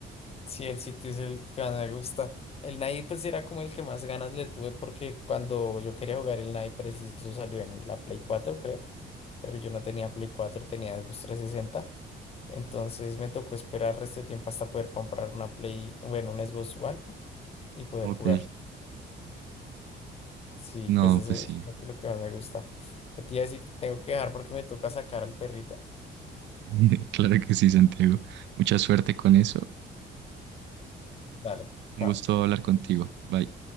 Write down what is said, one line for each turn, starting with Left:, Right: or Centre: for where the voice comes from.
Left: sí, el City es el que más me gusta. El Nike pues era como el que más ganas le tuve porque cuando yo quería jugar el Nike preciso salió en la Play cuatro creo. Pero yo no tenía Play cuatro tenía Xbox 360. Entonces me tocó esperar resto de tiempo hasta poder comprar una Play, bueno, un Xbox One y poder
Right: Ok.
Left: jugar. Sí,
Right: No,
Left: pues eso
Right: pues
Left: es
Right: sí.
Left: lo que lo que más me gusta. Que te iba a decir, tengo que dejar porque me toca sacar al perrito.
Right: <laughs> Claro que sí, Santiago. Mucha suerte con eso.
Left: Dale.
Right: Un
Left: chao.
Right: gusto hablar contigo. Bye.